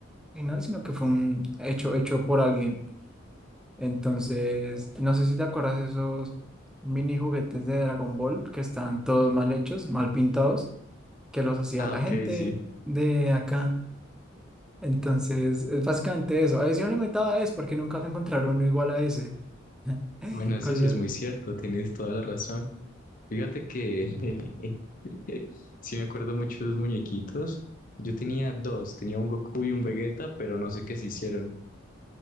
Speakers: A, in the centre; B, on the left.
A: original, sino que fue un hecho hecho por alguien. Entonces, no sé si te acuerdas de esos mini juguetes de Dragon Ball que estaban todos mal hechos, mal pintados, que los hacía
B: ah,
A: la
B: ok,
A: gente
B: sí.
A: de acá. Entonces, es básicamente eso. Edición limitada es porque nunca se encontraron uno igual a ese. <laughs>
B: Bueno, eso
A: Con
B: sí
A: lo-
B: es muy cierto, tienes toda la razón. Fíjate que <laughs> sí me acuerdo mucho de los muñequitos. Yo tenía dos, tenía un Goku y un Vegeta, pero no sé qué se hicieron.